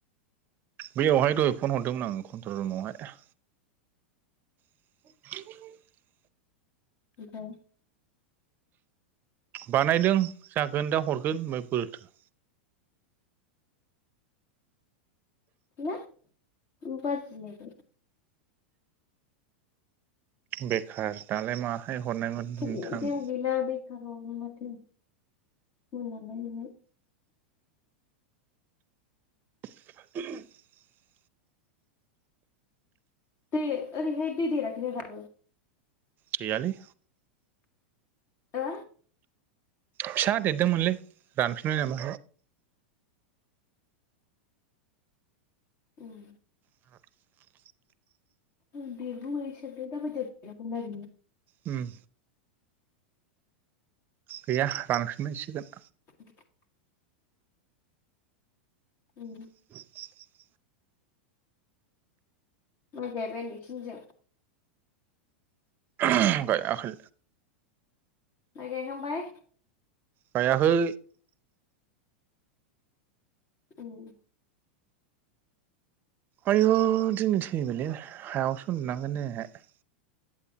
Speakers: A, on the right; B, on the left.
A: बैयावहाय दहाय फन हरदोंमोन आं कन्ट्रल रुमावहाय। <unintelligible>
B: <unintelligible>
A: बानायदों जागोन दा हरगोन होनबाय बोरथो?
B: गैला मा बादिलायबाय?
A: बेखार दालाय माहाय हरनायमोन
B: लायबाय
A: नोंथां?
B: जेबो <unintelligible>
A: <unintelligible>
B: दे ओरैहाय दै देराखैना दाबो?
A: गैयालै
B: हो?
A: फिसा देरदोंमोनलै रानफिनबाय नामा
B: उम
A: <unintelligible>
B: उम बिगुमैसो <unintelligible>
A: उम गैया रानफिनबायसोगोन
B: <unintelligible> उम
A: <unintelligible>
B: माय गायबाय नोंसिनजों?
A: <unintelligible> गायाखै
B: माय गायखांबाय?
A: गायाखै
B: उम
A: आयु दिनै थैबायलै हायावसो उन्दुनांगोन दिनैहाय